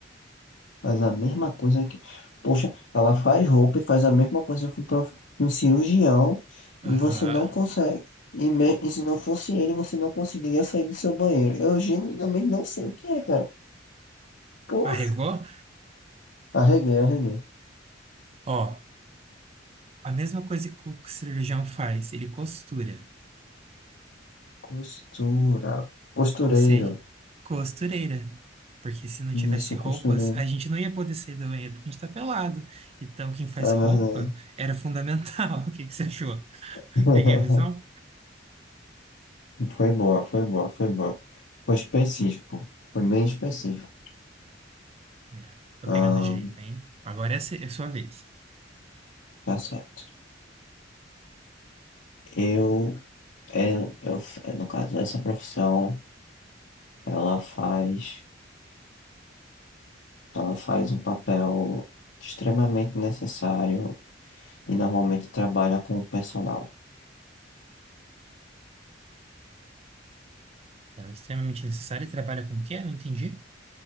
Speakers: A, on the left; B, on the right.
A: Faz a mesma coisa que. Poxa, ela faz roupa e faz a mesma coisa com um prof- um cirurgião.
B: Aham.
A: E você não consegue. E, me- e se não fosse ele, você não conseguiria sair do seu banheiro. Eu genuinamente não sei o que é, cara. Poxa,
B: Arregou?
A: arreguei, arreguei.
B: Ó, a mesma coisa que o cirurgião faz. Ele costura.
A: Costura. Costureiro.
B: ou ser costureira. Porque se não tivesse
A: Isso,
B: roupas,
A: costureiro.
B: a gente não ia poder sair do banheiro porque a gente tá pelado. Então, quem faz
A: Ah,
B: roupa
A: verdade.
B: era fundamental. <laughs> O que que você achou?
A: <laughs>
B: Peguei a visão?
A: Foi boa, foi boa, foi boa. Foi específico. Foi bem específico.
B: É, tô
A: Ah,
B: pegando jeito, hein? Agora é a se- é a sua vez.
A: tá certo. Eu, é, eu, é no caso, essa profissão, ela faz, ela faz um papel extremamente necessário e normalmente trabalha com o personal.
B: Ela é extremamente necessária e trabalha com o quê? Não entendi.